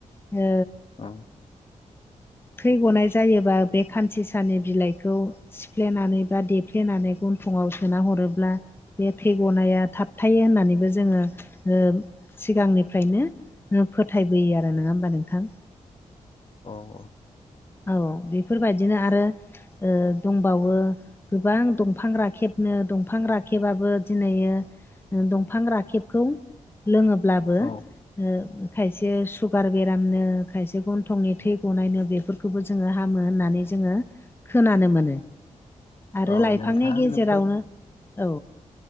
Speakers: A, on the left; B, on the left.
A: ओ
B: औ
A: थै गनाय जायोबा बे खान्सिसानि बिलाइखौ सिफ्लेनानै बा देफ्लेनानै गन्थंआव सोना हरोब्ला बे थैगनाया थाबथायो होननानैबो जोङो ओ सिगांनिफ्रायनो ओ फोथायबोयो आरो नोङा होमबा नोंथां?
B: औ
A: औ बेफोरबा बिदिनो आरो ओ दंबावो गोबां दंफां रा खेबनो दंफां राखेबाबो दिनै दंफां राखेबखौ लोङोब्लाबो
B: औ
A: ओ खायसे सुगार बेरामनो खायसे गन्थंनि थै गनायनो बेफोर खोबो जोङो हामो होननानै जोङो खोननो मोनो आरो
B: औ
A: लाइांनि
B: नोंथाङा आंनो
A: गे
B: फोर
A: औ।